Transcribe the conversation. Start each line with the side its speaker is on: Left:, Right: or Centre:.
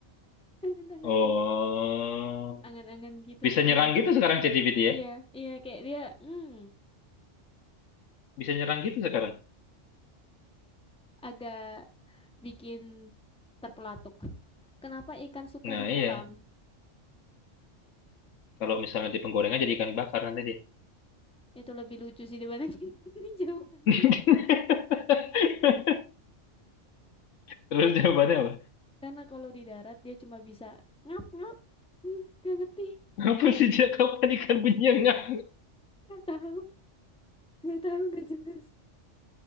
Centre: <laughs> angan-angan
Left: Oh.
Centre: kamu, angan-angan gitu
Left: Bisa
Centre: dibilang.
Left: nyerang gitu sekarang ChatGPT
Centre: Iya,
Left: ya?
Centre: iya kayak dia hmm
Left: Bisa nyerang gitu sekarang.
Centre: agak bikin terpelatuk. Kenapa ikan suka
Left: Nah
Centre: di
Left: iya,
Centre: kolam?
Left: kalau misalnya di penggorengan jadi ikan bakar nanti dia.
Centre: Itu lebih lucu sih dibandingin <laughs> ini jawabannya.
Left: <laughs> Terus
Centre: Karena
Left: jawabannya apa?
Centre: karena kalau di darat dia cuma bisa ngap-ngap. Hmm, gak ngerti,
Left: Apa sih sejak kapan ikan punya ngap
Centre: gak tahu, gak tahu, gak jelas.